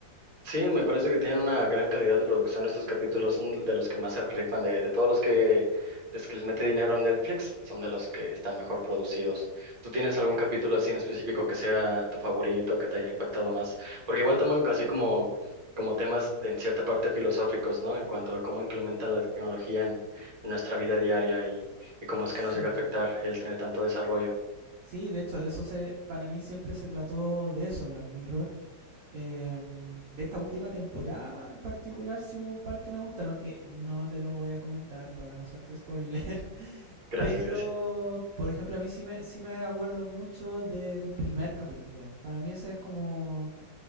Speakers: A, on the right; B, on the right.
A: Sí, me parece que tienen una gran calidad de producción estos capítulos, son de los que más se rifan, de, de todos los que les, que les mete dinero a Netflix, son de los que están mejor producidos. ¿Tú tienes algún capítulo así en específico que sea tu favorito, que te haya impactado más? Porque igual toman así como, como temas de, en cierta parte filosóficos, ¿no? En cuanto a cómo implementan la tecnología en, en nuestra vida diaria y, y cómo
B: Sí.
A: es que nos llega a afectar el tener tanto desarrollo.
B: Sí, de hecho, de eso se, para mí siempre se trató de eso, Black Mirror, Em, de esta última temporada en particular, sí hubo un par que me gustaron, que no te los voy a comentar para no hacerte spoiler. <laughs>
A: Gracias,
B: Pero,
A: gracias.
B: por ejemplo, a mí sí me, sí me acuerdo mucho del primer capítulo. Para mí ese es como